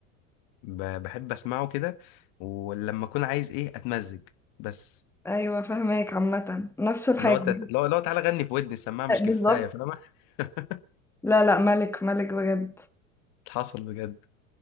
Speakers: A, on the left (about 50°); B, in the centre.
A: ب- بحب اسمعه كده ولما اكون عايز ايه اتمزج بس
B: ايوه فاهماك عامه نفس الحاجه
A: اللي هو تت... اللي هو اللي هو تعالى غني في ودني السماعه مش كفايه
B: بالظبط
A: فاهمه <laughs>
B: لا لا ملك ملك بجد
A: حصل بجد